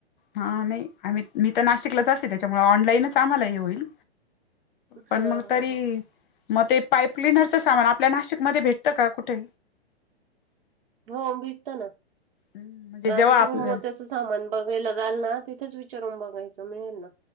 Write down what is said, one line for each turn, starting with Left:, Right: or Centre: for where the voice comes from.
Left: हा नाही आम्ही मी तर नाशिकलाच असते त्याच्यामुळे ऑनलाईनच आम्हाला हे होईल. पण
Right: हा
Left: मग
Right: हा
Left: तरी
Right: हा
Left: म ते पाईप क्लीनरचा सामान आपल्या नाशिक मध्ये भेटतं का कुठे?
Right: हो भेटतं ना
Left: हम्म, म्हणजे
Right: मग आता
Left: जेव्हा
Right: तुम्ही
Left: आपलं
Right: मोत्यातचच सामान बघायला जायल ना तिथेच विचारून बघायचं मिळेल ना